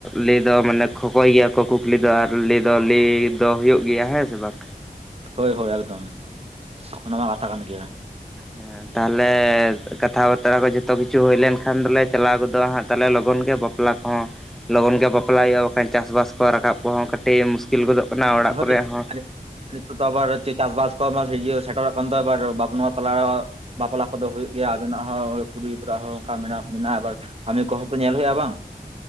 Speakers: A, in the centre; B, on the right (about 40°).
A: ᱞᱟᱹᱭ ᱫᱚ ᱢᱟᱱᱮ ᱠᱷᱚᱠᱚᱭ ᱜᱮᱭᱟ ᱠᱚ ᱠᱩᱠᱞᱤ ᱫᱚ ᱟᱨ ᱞᱟᱹᱭ ᱫᱚ ᱞᱟᱹᱭ ᱫᱚ ᱦᱩᱭᱩᱜ ᱜᱮᱭᱟ ᱦᱮᱸ ᱥᱮ ᱵᱟᱝ
B: ᱦᱳᱭ ᱦᱳᱭ ᱮᱠᱫᱚᱢ ᱚᱱᱟ ᱢᱟ ᱠᱟᱛᱷᱟ ᱠᱟᱱ ᱜᱮᱭᱟ
A: ᱦᱮᱸ ᱛᱟᱦᱞᱮ ᱠᱟᱛᱷᱟ ᱵᱟᱛᱨᱟ ᱠᱚ ᱡᱚᱛᱚ ᱠᱤᱪᱷᱩ ᱦᱩᱭ ᱞᱮᱱᱠᱷᱟᱱ ᱫᱚᱞᱮ ᱪᱟᱞᱟᱣ ᱜᱚᱫᱚᱜᱼᱟ ᱦᱟᱸᱜ ᱛᱟᱦᱞᱮ ᱞᱚᱜᱚᱱ ᱜᱮ ᱵᱟᱯ ᱵᱟᱯᱞᱟ ᱠᱚᱦᱚᱸ ᱞᱚᱜᱚᱱ ᱜᱮ ᱵᱟᱯᱞᱟ ᱦᱩᱭᱩᱜᱼᱟ ᱵᱟᱠᱷᱟᱱ ᱪᱟᱥᱼᱵᱟᱥ ᱠᱚ ᱨᱟᱠᱟᱵ ᱠᱚᱦᱚᱸ ᱠᱟᱹᱴᱤᱡ ᱢᱩᱥᱠᱤᱞ ᱜᱚᱫᱚᱜ ᱠᱟᱱᱟ ᱚᱲᱟᱜ
B: ᱦᱳᱭᱛᱳ
A: ᱠᱚᱨᱮ ᱦᱚᱸ
B: ᱛᱟᱦᱞᱮ ᱱᱤᱛᱚᱜ ᱫᱚ ᱟᱵᱟᱨ ᱪᱮᱫ ᱪᱟᱥᱵᱟᱥ ᱠᱚᱢᱟ ᱤᱭᱟᱹ ᱥᱮᱴᱮᱨᱚᱜ ᱠᱟᱱ ᱛᱚ ᱮᱵᱟᱨ ᱵᱟᱯᱞᱟ ᱛᱟᱞᱟ ᱨᱮᱦᱚᱸ ᱵᱟᱯᱞᱟ ᱠᱚᱫᱚ ᱦᱩᱭᱩᱜ ᱜᱮᱭᱟ ᱟᱵᱮᱱᱟᱜ ᱦᱚᱸ ᱠᱩᱲᱤ ᱜᱤᱫᱽᱨᱟᱹ ᱟᱜ ᱦᱚᱸ ᱚᱝᱠᱟ ᱢᱮᱱᱟᱜ ᱢᱮᱱᱟᱜ ᱟᱵᱟᱨ ᱠᱟᱹᱢᱤ ᱠᱚᱦᱚᱸ ᱛᱚ ᱧᱮᱞ ᱦᱩᱭᱩᱜᱼᱟ ᱵᱟᱝ